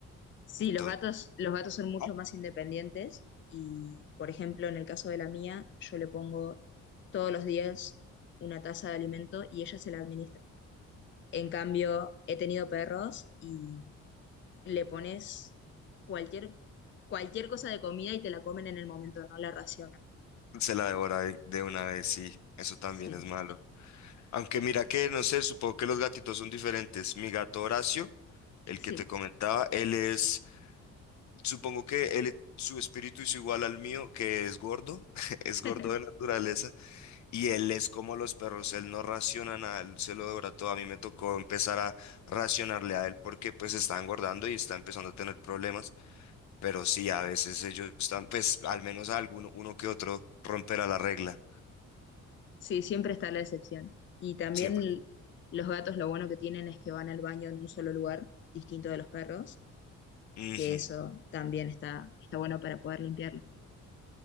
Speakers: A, on the left (about 40°); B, on the left (about 65°).
A: sí,
B: Entonces,
A: los gatos, los gatos son mucho
B: Ajá.
A: más independientes y, por ejemplo, en el caso de la mía, yo le pongo todos los días una taza de alimento y ella se la administra. En cambio, he tenido perros y le pones cualquier, cualquier cosa de comida y te la comen en el momento, no la racionan.
B: se la devora de de una vez, sí, eso también
A: Sí,
B: es malo. Aunque mira que, no sé, supongo que los gatitos son diferentes. Mi gato Horacio El
A: sí,
B: que te comentaba, él es, supongo que él, su espíritu es igual al mío, que es gordo, <laughs> es
A: <laughs>
B: gordo de naturaleza, y él es como los perros, él no raciona nada, él se lo devora todo. A mí me tocó empezar a racionarle a él porque pues está engordando y está empezando a tener problemas, pero sí, a veces ellos están, pues al menos alguno, uno que otro romperá la regla,
A: sí, siempre está la excepción. Y también
B: siempre.
A: l- los gatos lo bueno que tienen es que van al baño en un solo lugar, distinto de los perros,
B: Ujú.
A: que eso también está, está bueno para poder limpiarlo.